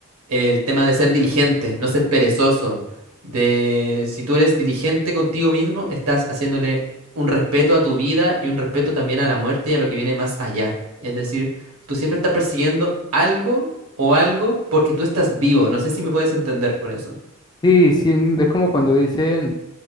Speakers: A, on the right; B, on the left.
A: el tema de ser diligente, no ser perezoso. De si tú eres diligente contigo mismo, estás haciéndole un respeto a tu vida y un respeto también a la muerte y a lo que viene más allá. Es decir, tú siempre estás persiguiendo algo o algo porque tú estás vivo. No sé si me puedes entender por eso.
B: Sí, sí, en- es como cuando dicen